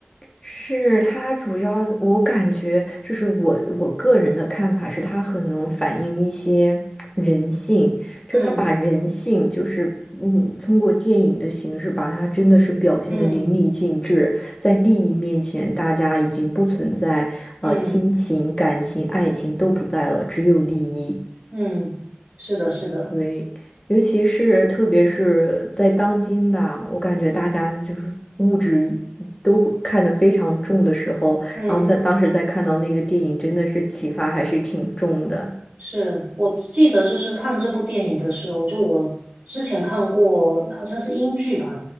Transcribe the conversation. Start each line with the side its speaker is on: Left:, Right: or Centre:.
Left: 是他主要，我感觉就是我我个人的看法是，他很能反映一些人性，就他把人性就是嗯，
Right: 嗯
Left: 通过电影的形式把它真的是表现的淋漓尽致，
Right: 嗯
Left: 在利益面前，大家已经不存在呃亲情、
Right: 嗯
Left: 感情、爱情都不在了，只有利益。
Right: 嗯，是的，是的，
Left: 对，尤其是特别是在当今吧，我感觉大家就是物质都看得非常重的时候，
Right: 嗯。
Left: 然后在当时在看到那个电影，真的是启发还是挺重的。
Right: 是我记得，就是看这部电影的时候，就我之前看过，好像是英剧吧，